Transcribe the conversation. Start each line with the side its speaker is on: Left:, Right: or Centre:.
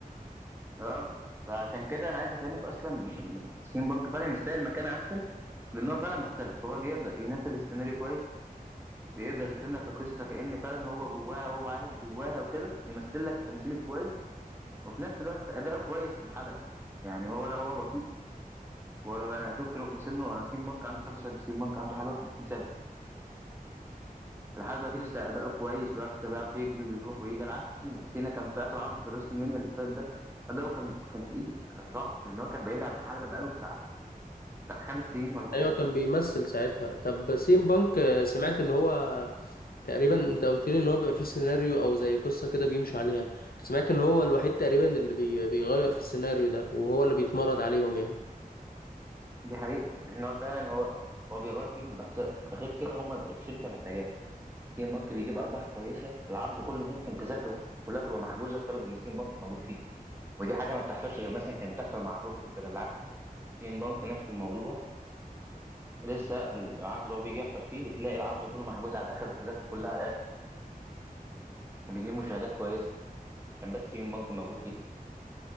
Right: اه فعشان كده انا عايز افهمك اصلا إن سين بانك فعلا يستاهل مكانه احسن لان هو فعلا مختلف هو بيقدر ينفذ السيناريو كويس بيقدر يرسم لك القصه كأن فعلا هو جواها هو عايش جواها وكده يمثل لك التمثيل الكويس وفي نفس الوقت اداؤه كويس في الحلبة يعني هو لا هو بطيء ولا شفت رغم سنه سين بانك عنده كام سنه سين بانك عنده حاجه 50 سنه لحد دلوقتي لسه اداؤه كويس ولسه بيعرف يجري ويروح ويجي على عكس سينا سينا كان في اخر عرض في راس المنيا اللي فات ده اداؤه كان كان تقيل كان صعب لان هو كان بعيد عن الحلبه بقاله بتاع بتاع خمس سنين ولا حاجه
Left: ايوه كان بيمثل ساعتها طب سيم بانك آه، سمعت ان هو تقريبا انت قلت لي ان هو بيبقى فيه سيناريو او زي قصة كده بيمشوا عليها سمعت ان هو الوحيد تقريبا اللي بي... بيغير في السيناريو ده وهو اللي بيتمرد عليهم يعني
Right: دي حقيقه لان هو فعلا هو هو بيغير فيهم بس غير كده هم الشركه محتاجاه سين بانك بيجيب ارباح كويسه العرض كله ممكن تذاكره كلها تبقى محجوزه بسبب ان سين بانك موجود فيه ودي حاجه ما بتحصلش غير مثلا كانت بتحصل مع الروك وكده بالعكس سين بانك نفس الموضوع لسه العرض اللي هو بيجي يحضر فيه بتلاقي العرض كله محجوز على الاخر والتذاكر كلها على وبيجيب مشاهدات كويسه عشان بس يوم بنك موجود فيه